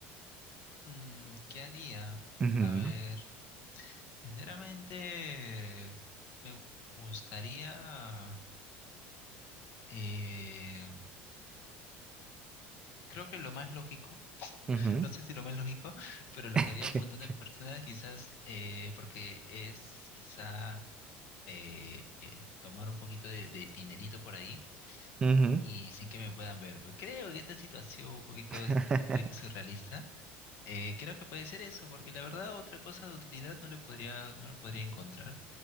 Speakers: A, on the left; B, on the right.
A: Mm, ¿qué haría?
B: Ujú,
A: A ver, sinceramente me gustaría, eh, creo que lo más lógico, <laughs>
B: ujú,
A: no sé si lo más lógico, pero lo
B: <laughs>
A: que haría un montón de personas quizás, eh, porque es quizá eh, eh, tomar un poquito de de dinerito por ahí
B: ujú.
A: y sin que me puedan ver. Pues creo que esta situación un poquito,
B: <laughs>
A: este, un poquito surrealista, eh, creo que puede ser eso, porque la verdad otra cosa de utilidad no le podría, no lo podría encontrar.